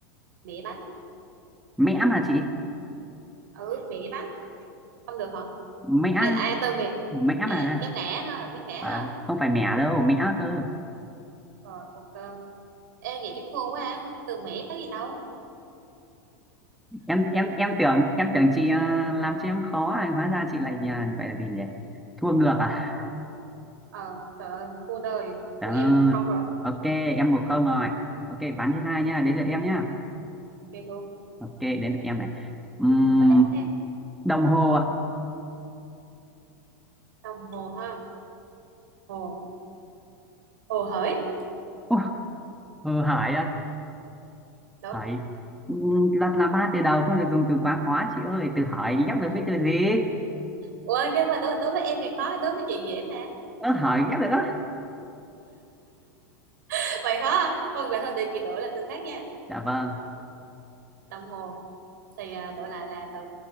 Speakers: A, on the right; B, in the centre.
A: mẹ bánh
B: Mẽ mà chị.
A: ừ mẹ bánh không được hả
B: mẹ
A: à, à từ mẹ
B: mẹ
A: à,
B: mà
A: giống ngã ha giống ngã ha
B: Ờ, không phải mẹ đâu mẹ cơ
A: rồi ok Ê vậy chắc thua quá à. Từ Mỹ tới gì đâu
B: em em em tưởng em tưởng chị ờ, làm cho em khó à hóa ra chị lại nhờ phải là gì nhỉ thua ngược à
A: Ờ ờ, trời ơi thua đời Thua
B: Trời
A: em
B: ơi.
A: một không rồi
B: ok em một không rồi ok ván thứ hai nhá đến lượt em nhá
A: Ok luôn
B: ok đến lượt em này Ừm,
A: ừ, Có tiếp theo
B: đồng hồ ạ
A: Đồng hồ ha Hồ Hồ hởi
B: Ủa, Hồ Hải à
A: Đúng
B: Hải Ừm, đặt là ba từ đầu không được dùng từ quá khó chị ơi từ hỏi ghép được với từ gì
A: Ủa nhưng mà đối, đối với em thì khó Đối với chị dễ mà
B: ơ hỏi ghép được á
A: <laughs> Vậy khó à? Thôi vậy thôi để chị đổi là từ khác nha
B: dạ vâng
A: Đồng hồ Thì à, đổi lại là từ